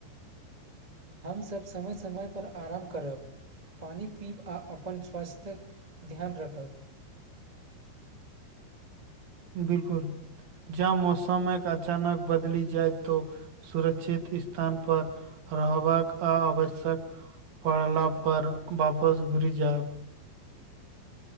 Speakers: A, on the right (about 25°); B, on the right (about 55°).
A: हमसब समय समय परर आराम करब पानि पीब आ अपन स्वास्थ्यक ध्यान राखब
B: बिलकुल जब मौसम एक अचानक बदली जाय त सुरक्षित स्थान पर रहबाक आ आवश्यक पढ़ला पर वापस घुर जायब